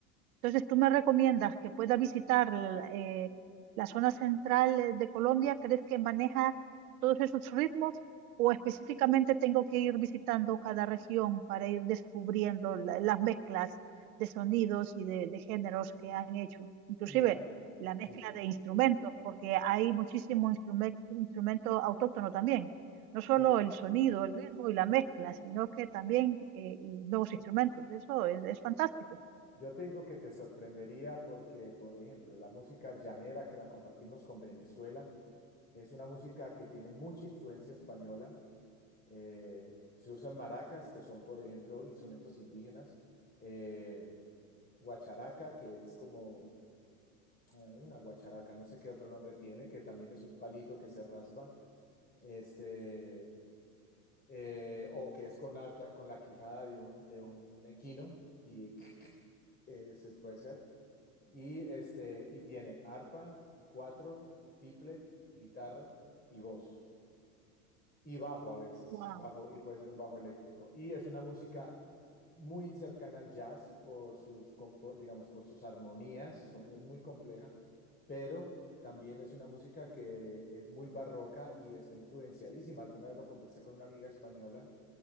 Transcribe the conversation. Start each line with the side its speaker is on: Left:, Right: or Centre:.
Right: Entonces, ¿tú me recomiendas que pueda visitar eh, la zona central de Colombia? ¿Crees que maneja todos esos ritmos? ¿O específicamente tengo que ir visitando cada región para ir descubriendo la- las mezclas de sonidos y de, de géneros que han hecho? Inclusive
Left: Mira,
Right: la mezcla
Left: sí,
Right: de instrumentos, porque hay muchísimo instrumen- instrumento autóctono también. No
Left: sí.
Right: solo el sonido, el ritmo y la mezcla, sino que también eh, y nuevos instrumentos. Eso es, es fantástico.
Left: Yo te digo que te sorprendería porque, por ejemplo, la música llanera que la compartimos con Venezuela es una música que tiene mucha influencia española, Eh, se usan maracas, que son, por ejemplo, instrumentos indígenas. eh, guacharaca, que es como eh, una guacharaca, no sé qué otro nombre tiene, que también es un palito que se raspa. Este, eh, o que es con la, con la quijada de un, de un equino y <laughs> ese puede ser. Y, este, y tiene arpa, cuatro, tiple, guitarra y voz. y bajo a veces,
Right: Wow.
Left: bajo y puede ser un bajo eléctrico. Y es una música muy cercana al jazz por sus, com- por, digamos, por sus armonías, son- es muy compleja, pero también es una música que es muy barroca y está influenciadísima. Alguna vez lo conversé con una amiga española